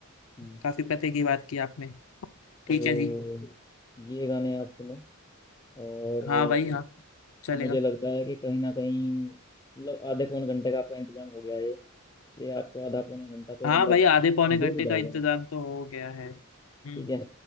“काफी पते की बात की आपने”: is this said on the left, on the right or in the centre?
Left